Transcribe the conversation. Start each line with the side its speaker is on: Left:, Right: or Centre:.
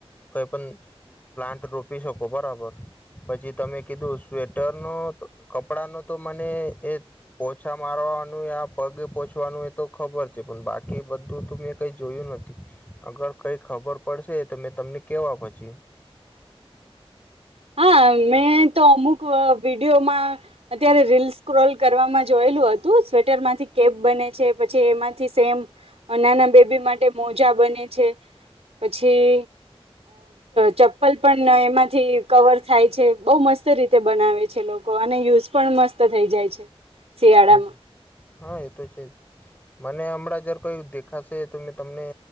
Left: કઈ પણ પ્લાન્ટ રોપી શકો બરાબર પછી તમે કીધું સ્વેટર નો કપડા નો તો મને એ પોછા મારવાનું પગે પોહચવાનું એ તો ખબર પણ બાકી બધું મેં કઈ જોયું નથી અગર કઈ ખબર પડશે તો મેં તમને કેવા પછી
Right: હા મેં તો અમુક વિડીયોમાં અત્યારે રીલ સ્ક્રોલ કરવામાં જોયેલું હતું સ્વેટર માંથી કેપ બને છે પછી એમાંથી સેમ નાના બેબી માટે મોજા બને છે પછી ચપ્પલ પન એમાંથી કવર થાય છે બો મસ્ત રીતે બનાવે છે એલોકો અને યુઝ પણ મસ્ત થઈ જાય છે શિયાળામાં
Left: એ હા એ તો છે જ મને હમણાં અગર કોઈ દેખાશે તો મેં તમને